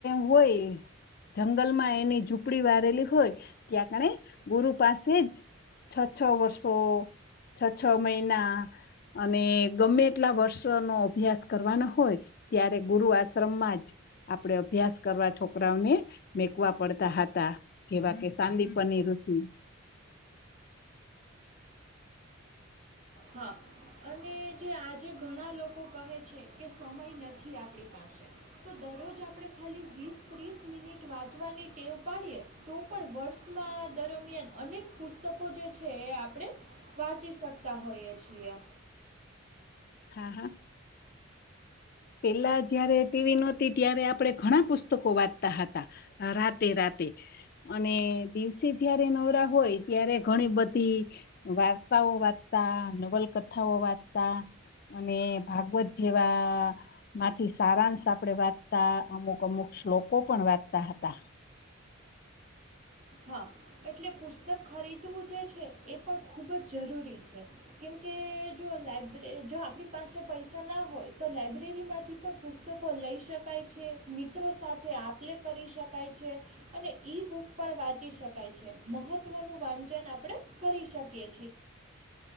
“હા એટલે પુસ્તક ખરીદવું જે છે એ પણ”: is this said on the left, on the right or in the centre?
Right